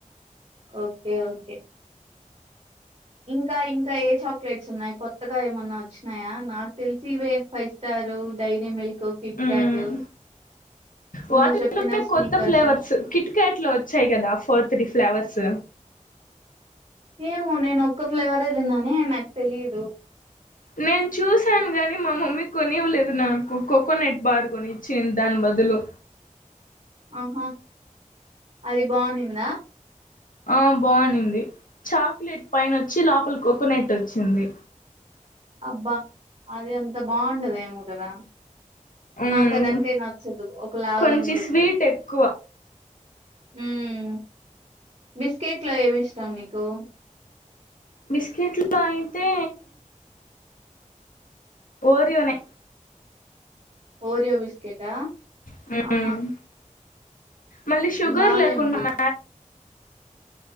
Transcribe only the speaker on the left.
ఉమ్
వాటి
లోనే
కొత్త ఫ్లేవర్స్ కిట్ కట్ ట్లు వచ్చాయి కదా ఫోర్ త్రీ ఫ్లేవర్స్
నేను చూసాను కాగానీ మా మమ్మీ కొనివ్వలేదు నాకు కోకోనట్ బార్ కొనిచ్చంది దాని బదులు
ఆ బాగునింది చాక్లెట్ పైన వచ్చి లోపల కోకోనట్ వచ్చింది
మ్మ్
కొంచెం
స్వీట్ ఎక్కువ
బిస్కిట్లు లో అయితే ఓరియో నే
హూమ్
మళ్ళీ షుగర్
లేకుండా
మ